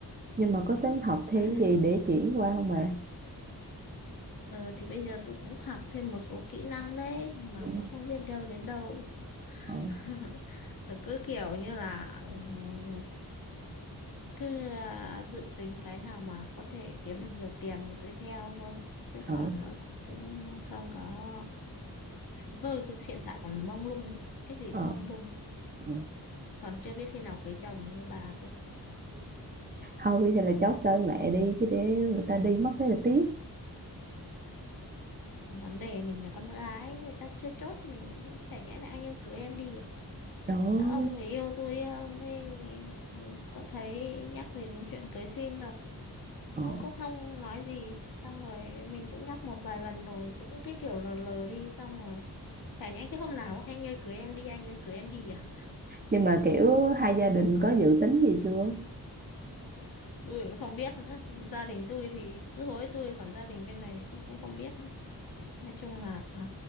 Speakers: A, on the right; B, on the left.
A: nhưng mà có tính học thêm
B: đấy
A: gì để chuyển qua không bà
B: ờ, thì bây giờ tôi cũng học thêm một số kỹ năng đấy nhưng mà
A: ừ.
B: cũng không biết đâu đến đâu
A: Ừ.
B: <laughs> Phải cứ kiểu như là ừm, cứ à, dự tính cái nào mà có thể kiếm được nhiều tiền thì tôi theo thôi chứ
A: Ừ.
B: còn nó cũng không có Chúng tôi cứ hiện tại còn mông lung lắm cái gì
A: Ừ.
B: cũng mông lung
A: Ừ.
B: còn chưa biết khi nào cưới chồng như bà cơ
A: thôi hay là chốt đơn lẻ đi chứ để người ta đi mất thế là tiếc
B: vấn đề mình là con gái người ta chưa chốt mình chả nhẽ là anh ơi cưới em đi à
A: trời ơi
B: Ờ, ông người yêu tôi ông ấy có thấy nhắc gì đến chuyện cưới xin đâu
A: ờ.
B: không có không nói gì xong rồi mình cũng nhắc một vài lần rồi cũng cái kiểu lờ lờ đi xong rồi chả nhẽ cái hôm nào cũng, anh ơi cưới em đi anh ơi cưới em đi à
A: nhưng mà kiểu hai gia đình có dự tính gì chưa
B: tôi cũng không biết nữa gia đình tôi thì cứ hối tôi còn gia đình bên này thì tôi cũng không biết nữa nói chung là à,